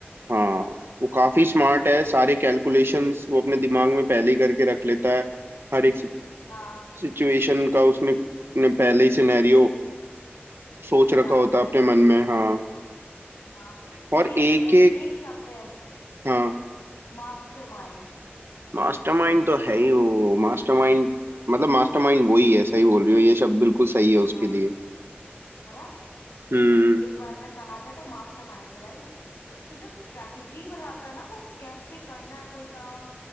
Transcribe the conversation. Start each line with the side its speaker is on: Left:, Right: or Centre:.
Right: हाँ वो काफी स्मार्ट है सारे कैलकुलेशंस वो अपने दिमाग में पहले ही करके रख लेता है हर एक
Left: हाँ
Right: सिचुएशन का उसने ने पहले ही सिनेरियो सोच
Left: बना
Right: रखा
Left: लेता
Right: होता है अपने
Left: है
Right: मन में हाँ
Left: हाँ लेकिन
Right: और एक
Left: उसके लिए
Right: एक
Left: एक शब्द है
Right: हाँ
Left: मास्टरमाइंड
Right: मास्टरमाइंड तो है ही वो मास्टरमाइंड मतलब मास्टरमाइंड वही है सही बोल रही हो ये शब्द बिल्कुल सही है उसके
Left: हाँ
Right: लिए
Left: है ना
Right: हम्म
Left: एक बार में कहा जाए तो मास्टरमाइंड है भाई उसकी जो स्ट्रेटजी बनाता है ना वो कैसे करना है कोई काम